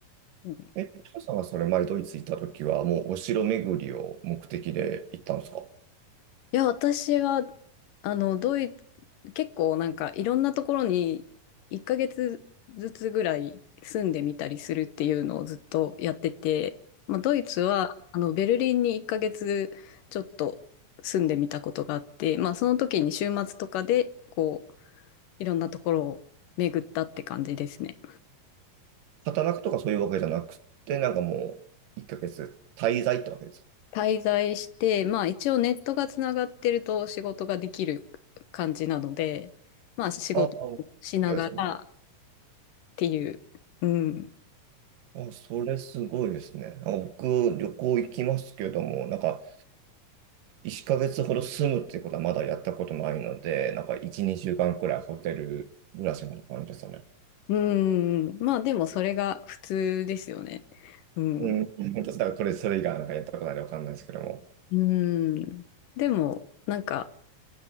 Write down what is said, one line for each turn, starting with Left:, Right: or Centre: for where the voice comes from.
Left: うんい
Right: え、トシさんがそれ前ドイツ行った時はもうお城巡りを目的で行ったんですか
Left: や、私はあのドイ結構なんかいろんなところに1ヶ月ずつぐらい住んでみたりするっていうのをずっとやってて、まあ、ドイツはあのベルリンに1ヶ月ちょっと住んでみたことがあって、まあ、その時に週末とかでこういろんなところを巡ったって感じですね。
Right: 働くとかそういうわけじゃなくて、なんかもう、1ヶ月滞在ってわけですか。
Left: 滞在して、まあ、一応ネットがつながってると仕事ができる感じなので、まあ、仕事をしながら
Right: ああ、そうですよね。
Left: っていう、うん、
Right: あ、それすごいですね。あ、僕、旅行行きますけども、なんか、1ヶ月ほど住むっていうことはまだやったことないので、なんか、1、2週間くらいホテル暮らしみたいな感じですよね。
Left: うん。まあでもそれが普通ですよね。うん。
Right: うん、<laughs> 本当だからこれ、それ以外はなんかやったことないのでわかんないですけども。
Left: うん。でも、なんか、